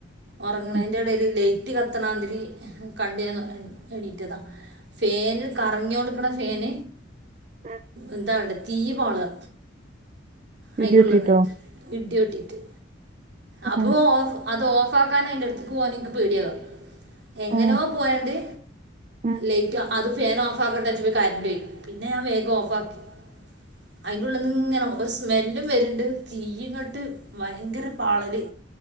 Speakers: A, on the right; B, on the right.
A: ഒറങ്ങണേന്റെ
B: ഉം.
A: ടെൽ ലൈറ്റ് കത്ത്ണാതിരി കണ്ട് ഞാൻ എണീറ്റതാ ഫേൻ കറങ്ങിയോണ്ട്ക്ക്ണ ഫേൻ
B: ഉം.
A: എൻതാവ്ണ്ട് തീ പാള്ക അയിന്റുള്ള്ന്ന്
B: ഇടി വെട്ടിട്ടോ
A: ഇടി വെട്ടിട്ട്
B: ഉം
A: അപ്പൊ ഓഫ് അത് ഓഫാക്കാൻ അയ്ന്റെട്ത്ത്ക്ക് പോവാൻ ഇൻക്ക് പേടിയാവാ എങ്ങനോ
B: ഉം
A: പോയാണ്ട്
B: ഉം
A: ലൈറ്റ് അത് ഫേൻ ഓഫ് ഫാക്കട്ടേച്ചപ്പൊ കരന്റോയി പിന്നെ ഞാൻ വേഗം ഓഫാക്കി അയ്ന്റെള്ള്ന്ന്ങ്ങനെ സ്മെല്ലും വര്ണ്ട് തീ ഇങ്ങട്ട് ഭയങ്കര പാളല്